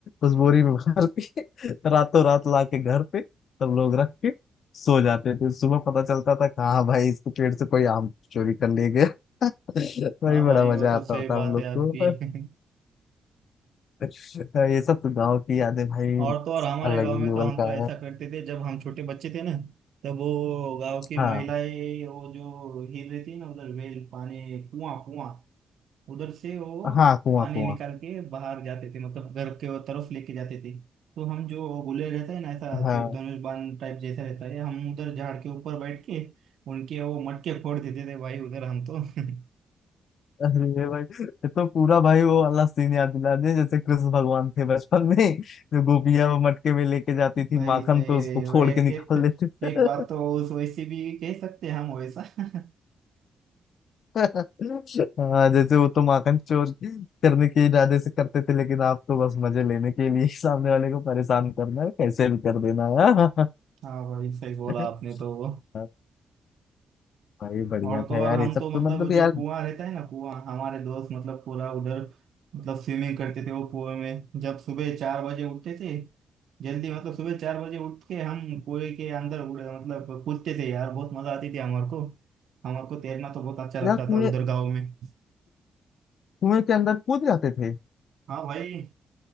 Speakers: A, on the left (about 55°); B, on the right (about 70°).
A: उस बोरी में भर के <laughs> रातों रात ला के घर पे सब लोग रख के सो जाते थे सुबह पता चलता था कहाँ भाई इसके पेड़ से कोई आम चोरी कर ले गया <laughs> भाई
B: हाँ
A: बड़ा
B: भाई
A: मजा
B: वो तो
A: आता
B: सही
A: था
B: बात
A: हम लोग
B: है आपकी
A: को
B: <laughs>
A: तो ये सब तो गाँव की यादें भाई
B: और तो और हमारे
A: अलग
B: गांव
A: ही
B: में
A: लेवल
B: तो हम
A: का
B: तो ऐसा
A: है
B: करते थे जब हम छोटे बच्चे थे ना तब वो गांव की
A: हाँ
B: महिलाएं वो जो हिल रही थी ना उधर वेल पानी कुआं कुआं उधर से वो
A: हाँ कुआं
B: पानी
A: कुआं
B: निकाल के बाहर जाते थे मतलब घर के वो तरफ लेके जाते थे तो हम जो गुले रहता है ना ऐसा
A: हाँ
B: जो धनुष बाण टाइप जैसा रहता है हम उधर झाड़ के ऊपर बैठ के उनके वो मटके फोड़ देते थे भाई उधर हम तो <laughs>
A: अरे भाई ये तो पूरा भाई वो वाला सीन याद दिला दिया जैसे कृष्ण भगवान थे बचपन में जो गोपियां वो मटके में लेके जाती
B: सही
A: थी माखन
B: सही
A: तो उसको फोड़
B: एक
A: के निकाल
B: एक
A: लेते थे
B: एक बात तो उस- वैसे भी कह सकते हैं हम वैसा <laughs>
A: <laughs> हाँ जैसे वो तो माखन चोर करने के इरादे से करते थे लेकिन आप तो बस मजे लेने के लिए <laughs> सामने वाले को परेशान करना है कैसे भी कर देना है
B: हाँ भाई सही बोला
A: <laughs>
B: आपने तो वो
A: हाँ, भाई बढ़िया
B: और तो
A: था
B: और
A: यार
B: हम
A: ये सब
B: तो मतलब
A: तो मतलब यार
B: जो कुआं रहता है ना कुआं हमारे दोस्त मतलब पूरा उधर मतलब स्विमिंग करते थे वो कुएं में जब सुबह चार बजे उठते थे जल्दी मतलब सुबह चार बजे उठ के हम कुएं के अंदर उड़े मतलब कूदते थे यार बहुत मजा आती थी हमारे को हमारे को तैरना तो बहुत अच्छा
A: यार
B: लगता
A: कुएं
B: था उधर गाँव में
A: कुएं के अंदर कूद जाते थे
B: हाँ भाई